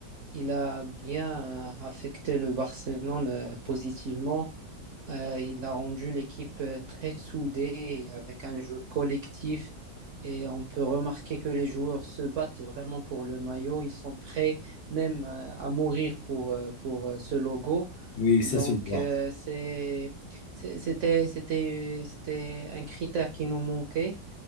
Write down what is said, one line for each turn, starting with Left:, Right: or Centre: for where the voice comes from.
Right: il a bien euh, affecté le Barcelone euh, positivement Euh, il a rendu l'équipe euh, très soudée avec un jeu collectif et on peut remarquer que les joueurs se battent vraiment pour le maillot. Ils sont prêts même euh, à mourir pour, euh, pour euh, ce logo.
Left: Oui, ça
Right: Donc
Left: se voit.
Right: euh, c'est, c'est- c'était, c'était, c'était un critère qui nous manquait